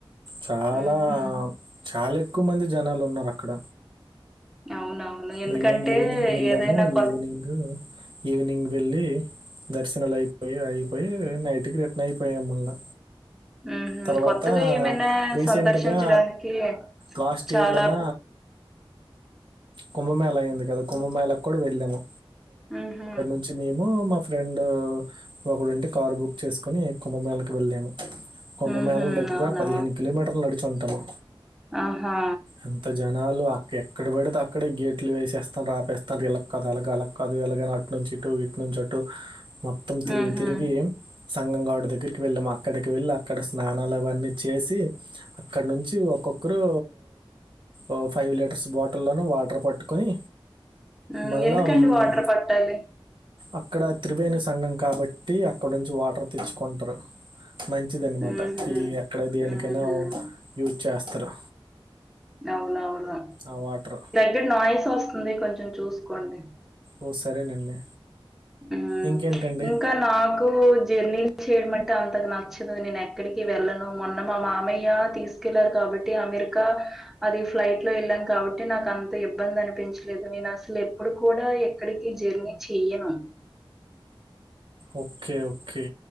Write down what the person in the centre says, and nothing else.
ఉహు
అవునవును ఎందుకంటే
ఏదైనా కొత్
ఉహు
కొత్తగా ఏమైనా
సందర్శించడానికి
చాలా
ఊహూ
ఉహు
అవునా
ఆహా
ఉహు
ఉమ్
ఎందుకండి
వాటర్ పట్టాలి
ఉహు
ఉహు
నవునవునా
రే నాయిస్ వస్తుంది కొంచెం చూసుకోండి
ఊ
ఇంకాన్ నాకు జర్నీ చేయమంటే అంతగా నచ్చదు నేను ఎక్కడికీ వెళ్ళను మొన్న మా మామయ్య తీస్ స్కెళ్లారు కాబట్టి అమెరికా అది ఫ్లైట్ లో వెళ్ళాం కాబట్టి నాకు అంత ఇబ్బంది అనిపించలేదు నేను అస్సలు ఎప్పుడు కూడా ఎక్ క్కడకీ ఈ జెర్నీ చెయ్యను